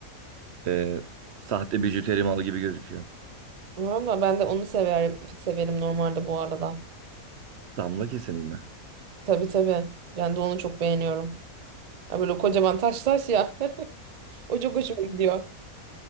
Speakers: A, on the right; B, on the right.
A: Ee, sahte bijuteri malı gibi gözüküyor.
B: Valla ben de onu severim, severim normalde bu arada.
A: Damla kesimi mi?
B: Tabii tabii. Ben de onu çok beğeniyorum. Ya böyle kocaman taş taş ya. <laughs> O çok hoşuma gidiyor.